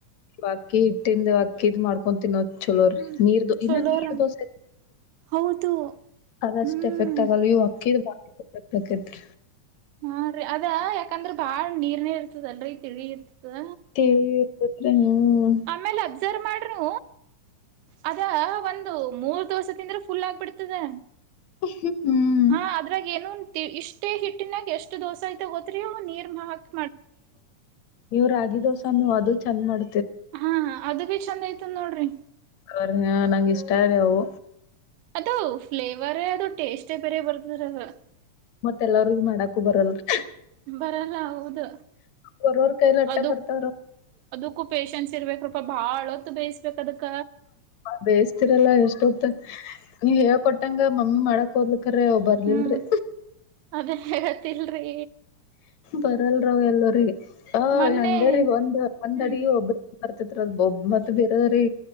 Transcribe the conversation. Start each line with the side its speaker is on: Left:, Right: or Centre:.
Left: ಬಾಕಿ ಹಿಟ್ಟಿಂದು ಅಕ್ಕಿದ್ ಮಾಡ್ಕೊಂಡ್ ತಿನ್ನೋ. ಚಲೋೀ
Right: ಹ್ಮ್
Left: ನೀರ್ ದ
Right: ಚಲೋರ
Left: ಇನ್ನ ನೀರ್ ದೋಸೆ
Right: ಹೌದು
Left: ಅದಷ್ಟ
Right: ಹ್ಮ್
Left: ಎಫೆಕ್ಟ್ ಆಗಲ್ ಇವು ಅಕ್ಕಿದ್ ತ ಕತ್ರ
Right: ಹಾ ರೀ ಅದ ಯಾಕಂದ್ರೆ ಬಾಳ್. ನೀರ್ನೇ ಇರ್ತದ ಅಲ್ರೂ ತಿಳಿ ಇರ್ತದ
Left: ತಿಳಿ ಇರ್ತೇತ್ರಿ ಹ್ಮ್
Right: ಆಮೇಲೆ ಅಬ್ಸರ್ವ್ ಮಾಡ್ರೂ ಅದ ಒಂದು ಮೂರ್ ದಿವಸ ತಿಂದ್ರೆ ಫುಲ್ ಆಗ್ಬಿಡ್ತದೆ
Left: ಹ್ಮ್
Right: ಹಾ ಅದ್ರಾಗ ಏನು ಇಷ್ಟೇ ಹಿಟ್ಟಿನಾಗ ಎಷ್ಟು ದೋಸ ಆಐತೆ ಗೋತ್ರಿ ಅವು ನೀರು ಹಾಕಕ್
Left: ಇವ್ರಾಗಿದಸಾನು ಅದು. ಚಂದ ಮಾಡ
Right: ಹಾ ಅದು ಭ ಚಂದ ಐ ನೋಡ್ರಿ
Left: ಅವ್ರ ಹ ನಂಂಗ ಇಷ್ಟ ರೀ ಅವು.
Right: ಅದು ಫ್ಲೇವರ ಟಿಷ್ಟೇ ಬೇರ ಬರ್ತಿದ್ರಂದ್ರ
Left: ಮತ್ತೆಲ್ಲರಿಗೂ ಮಾಡಕು ಬರಲ್ ರೀ.
Right: ಬರಲ್ಲ ಹೌದು
Left: ಬರೋರ್ ಕೈಲ್ ಅಟ್ಟ
Right: ಅದು.
Left: ಬರ್ತಾವ್ರ
Right: ಅದಕ್ಕೂ ಪೇಶನ್ಸ್ ಇರ್ಬೇಕ್ರೂಪಾ ಬಾಳ ಹೊತ್ತು ಬೇಯಿಸ್ಬೇಕ ಅದಕ್ಕ
Left: ಬೇಯಿಸ್ತಿರಲ್ಲ ಎಷ್ಟೊತ್ತ. ನೀವ್ ಹೇಳ ಕೊಟ್ಟಂಗ ಮಮ್ಮಿ ಮಾಡಕ್ ಹೋದ್ಲು. ಕರೆ ಔ ಬರ್ಲಲ್ರಿ.
Right: ಹ್ಮ್ ಅದೇ ಹೇಳತಿಲ್ರಿ
Left: ಬರಲ್ರಾವ್ ಎಲ್ಲರಿ ಆ
Right: ಮೊನ್ನೆ
Left: ಹಂಗರಿೀ ಒಂದ್ ಒಂದ್
Right: ಹ್ಮ್
Left: ಅಡಿ ಒಬ್ರ ಬರ್ತತ್ತ್ರ ಬೊಬ್ಬ ಮತ್ತ ಬೇರೆದ್ರೀ.